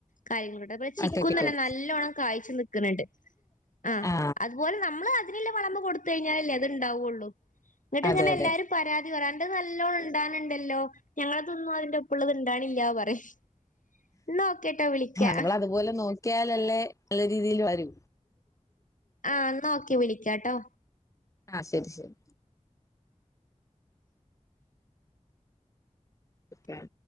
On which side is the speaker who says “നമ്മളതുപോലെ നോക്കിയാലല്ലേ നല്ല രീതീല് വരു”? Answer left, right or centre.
Left